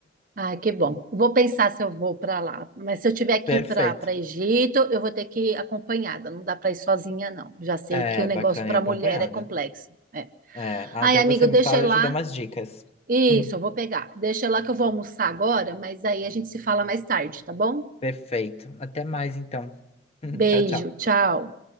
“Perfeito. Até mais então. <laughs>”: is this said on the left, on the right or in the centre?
Left